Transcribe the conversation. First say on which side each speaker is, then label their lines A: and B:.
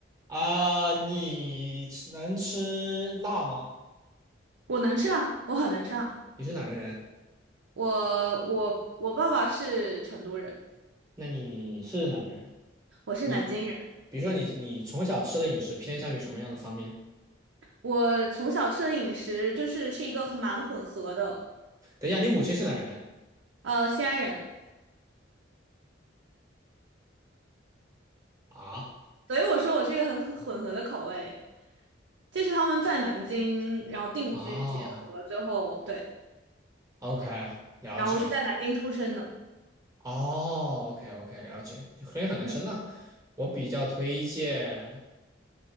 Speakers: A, on the right (about 20°); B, on the right (about 75°).
A: 啊，你吃能吃辣吗？
B: 我能吃辣，我很能吃辣。
A: 你是哪儿的人？
B: 我我我爸爸是成都人，
A: 那你是哪的人？
B: 我是南京人，
A: 你比如说你你从小吃的饮食偏向于什么样的方面？
B: 我从小吃的饮食就是是一个很蛮混合的，
A: 等一下，你母亲是哪儿人？
B: 呃，西安人，
A: 啊
B: 所以我说我是一个很混合的口味。这是他们在南京，然后定居结合最后，
A: 啊
B: 对，
A: ，OK，了解。
B: 然后我是在南京出生的。
A: 哦，OK OK，了解。所以很能吃。
B: 嗯，
A: 那我比较推荐，